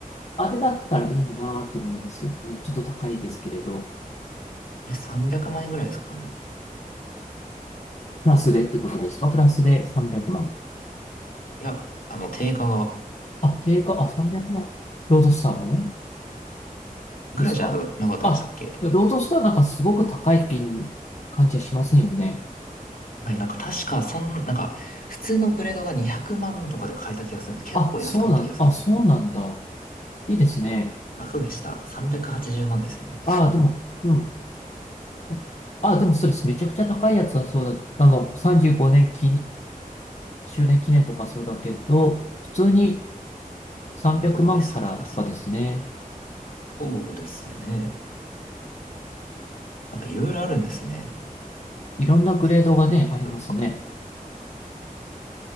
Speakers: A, on the left; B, on the left.
A: あれだったらいいなって思いますよね。ちょっと高いですけれど。
B: あれ、300万円ぐらいですかね。
A: プラスでってことですかプラスで300万。
B: いや、あの、定価が、
A: あ、定価、あ、300万。ロードスターの
B: ぐらいじゃなかったでしたっけ
A: ですかあ、ロードスターなんかすごく高い金感じはしませんよね。
B: はい、なんか確か、そん、なんか、普通のグレードが200万とかで買えた気がするんです。結構安かった気がするんです。
A: あ、そうなん、あ、そうなんだ。いいですね。
B: あ、そうでした。380万ですね。
A: あ、でも、うん。あ、あでもそうです。めちゃくちゃ高いやつはそうだ。あの、35年き周年記念とかそうだけど、普通に300万からとかですね。
B: あ、本当だ。S クラス。そうですね。なんかいろいろあるんですね。
A: いろんなグレードがね、
B: グレードが。
A: ありますね。